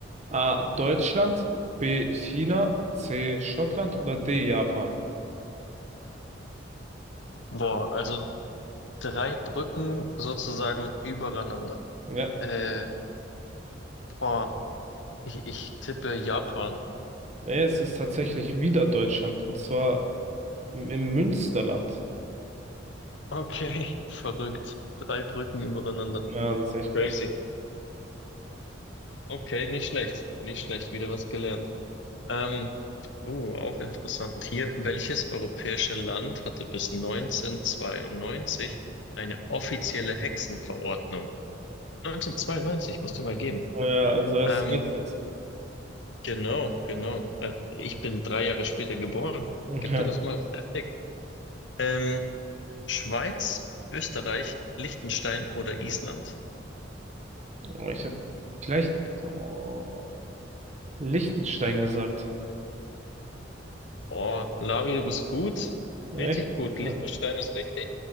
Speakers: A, on the right; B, on the left.
A: A. Deutschland, B. China, C. Schottland oder D. Japan?
B: Boah, also drei Brücken sozusagen übereinander.
A: Ja,
B: Äh, boah, Ich, ich tippe Japan.
A: es ist tatsächlich wieder Deutschland, und zwar im im Münsterland.
B: Okay, <laughs> verrückt. Drei Brücken übereinander.
A: Ja, das ist echt
B: Crazy.
A: krass.
B: Okay, nicht schlecht. Nicht schlecht. Wieder was gelernt. Ähm, uh, auch interessant hier. Welches europäische Land hatte bis 1992 eine offizielle Hexenverordnung? 1992, musst du mal geben.
A: ja also erst
B: Ähm,
A: letztens.
B: genau, genau. Äh, Ich bin drei Jahre später geboren.
A: Ja.
B: Gib dir das mal heftig. Ähm, Schweiz, Österreich, Liechtenstein oder Island?
A: Oh, Ich hätte vielleicht oh, Liechtenstein gesagt.
B: Oh, Lavi, du bist gut.
A: Echt?
B: Richtig gut.
A: Ja,
B: Liechtenstein ist richtig.